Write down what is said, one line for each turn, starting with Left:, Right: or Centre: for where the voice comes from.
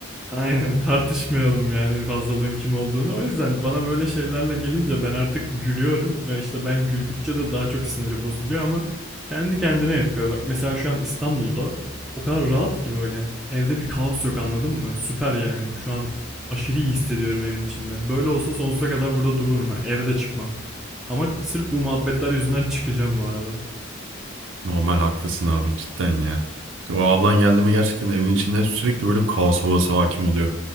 Centre: Aynen tartışmayalım yani fazlalığın kim olduğunu. O yüzden bana böyle şeylerle gelince ben artık gülüyorum ve işte ben güldükçe de daha çok siniri bozuluyor ama kendi kendine yapıyor. Bak mesela şu an İstanbul'da o kadar rahat ki böyle. Evde bir kaos yok anladın mı? Süper yani. Şu an aşırı iyi hissediyorum evin içinde. Böyle olsa sonsuza kadar burada dururum ben. Eve de çıkmam. Ama sırf bu muhabbetler yüzünden çıkacağım bu arada.
Right: Normal haklısın abi cidden ya. İşte O ablan geldi mi gerçekten evin içinde sürekli böyle bir kaos havası hakim oluyor.